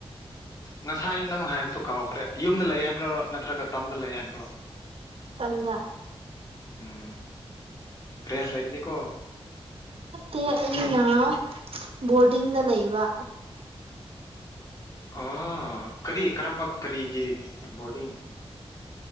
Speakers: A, on the left (about 35°); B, on the right (about 60°).
A: ꯉꯁꯥꯏ ꯅꯪꯅ ꯍꯥꯏꯕꯗꯣ ꯀꯥꯎꯈ꯭ꯔꯦ ꯌꯨꯝꯗ ꯂꯩ ꯍꯥꯏꯕ꯭ꯔꯣ ꯅꯠꯇ꯭ꯔꯒ ꯇꯝꯗ ꯂꯩ ꯍꯥꯏꯕ꯭ꯔꯣ
B: ꯇꯝꯗ
A: ꯎꯝ ꯔꯦꯟꯁ ꯂꯩꯕꯅꯤꯀꯣ
B: ꯃꯦ ꯑꯩꯅ ꯕꯣꯔꯗꯤꯡꯗ ꯂꯩꯕ
A: ꯑꯣ ꯀꯔꯤ ꯀꯔꯝꯕ ꯀꯔꯤꯒꯤ ꯕꯣꯔꯗꯤꯡ